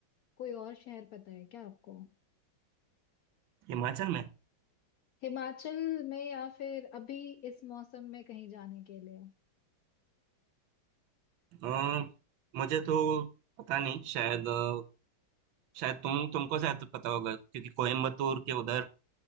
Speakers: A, on the left; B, on the right.
A: कोई और शहर पता है क्या आपको
B: हिमाचल में
A: हिमाचल में या फिर अभी इस मौसम में कहीं जाने के लिए
B: अ, मुझे तो पता नहीं शायद अ, शायद तुम तुमको शायद पता होगा क्योंकि कोयम्बतूर के उधर